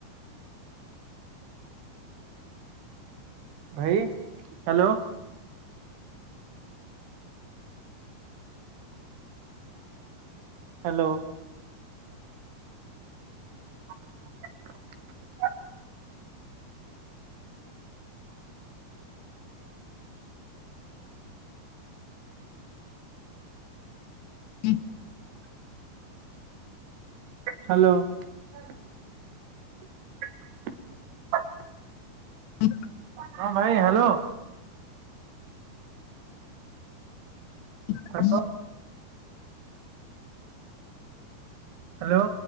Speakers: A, on the right (about 75°); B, on the left (about 85°).
A: ଭାଇ ହ୍ୟାଲୋ। ହ୍ୟାଲୋ। ହ
B: ହ
A: ହ୍ୟାଲୋ। <unintelligible>
B: ହୁଁ।
A: ହଁ ଭାଇ ହ୍ୟାଲୋ।
B: ହୁଁ
A: ହ୍ୟାଲୋ ହ୍ୟାଲୋ।